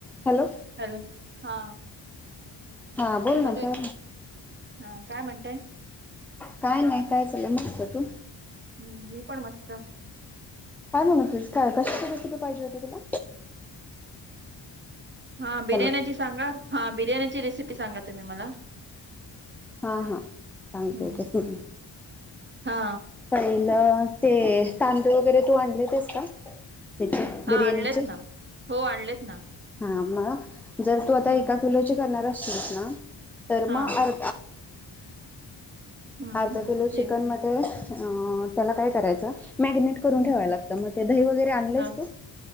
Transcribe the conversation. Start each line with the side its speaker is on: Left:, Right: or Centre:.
Centre: Hello
Right: hello हा
Centre: हा बोल
Right: हॅलो
Centre: ना का
Right: हा काय म्हणतेय
Centre: काय नाही काय चालय मगत तू
Right: हम्म मी पण मस्त
Centre: काय म्हण त
Right: हम्म.
Centre: काय कश का रेसिपी पाहिजे होती तुला
Right: हा बिर्याणी
Centre: हॅलो
Right: ची सांगा हा बिर्याणीची रेसिपी सांगा तुम्ही मला
Centre: हा हा सांगतोय
Right: हम्म
Centre: का का
Right: हा
Centre: पहिलं ते तांदूळ वगैरे तू आणले तेस का त्या
Right: हा
Centre: बिरयाणीचे
Right: आणलेत ना हो आणलेत ना
Centre: हा मग जर तू आता
Right: हम्म
Centre: एका किलोची करणार असशील ना तर
Right: हा
Centre: मग अर
Right: हम्म
Centre: अर्धा
Right: हम्म
Centre: किलो
Right: ते
Centre: चिकन मध्ये अ त्याला काय करायचं मॅगिनेट करून
Right: हम्म
Centre: ठेवाय लागत मग ते दही वगैरे आणलेस
Right: हा
Centre: तू